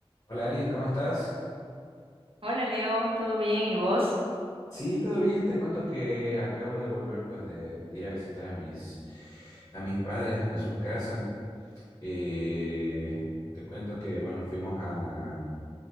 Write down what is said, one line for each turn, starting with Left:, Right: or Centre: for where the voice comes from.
Left: Hola Alice, ¿cómo estás?
Right: Hola Leo, ¿todo bien? ¿Y vos?
Left: Sí, todo bien. Te cuento que acabo de volver pues de, de ir a visitar a mis, a mis padres, a sus casas. Eh, te cuento que bueno, fuimos a,